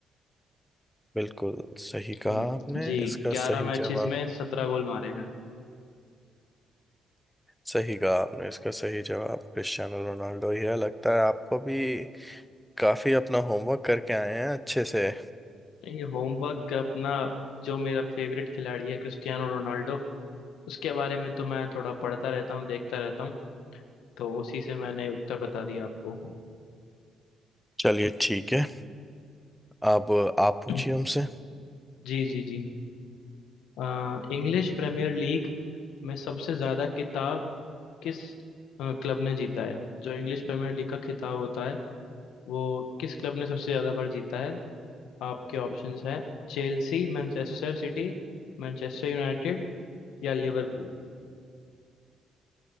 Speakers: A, in the centre; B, on the left (about 85°).
A: बिल्कुल सही
B: हम्म,
A: कहा आपने
B: जी
A: इसका
B: ग्यारह
A: सही
B: मैचेस
A: जवाब
B: में सत्रह गोल मारे हैं
A: सही कहा आपने इसका सही जवाब क्रिस्टियानो रोनाल्डो ही है लगता है आपको भी काफी अपना होमवर्क करके आए हैं अच्छे से
B: ये होमवर्क अपना जो मेरा फेवरेट खिलाड़ी है क्रिस्टियानो रोनाल्डो उसके बारे में तो मैं थोड़ा पढ़ता रहता हूँ देखता रहता हूँ तो उसी से मैंने उत्तर बता दिया आपको
A: चलिए ठीक है अब आप
B: <clears throat>
A: पूछिए हमसे
B: जी जी जी आ, इंग्लिश प्रीमियर लीग में सबसे ज्यादा किताब किस अ, क्लब ने जीता है जो इंग्लिश प्रीमियर लीग का खिताब होता है वो किस क्लब ने सबसे ज्यादा बार जीता है आपके ऑप्शंस हैं Chelsea Manchester City Manchester United या लिवरपूल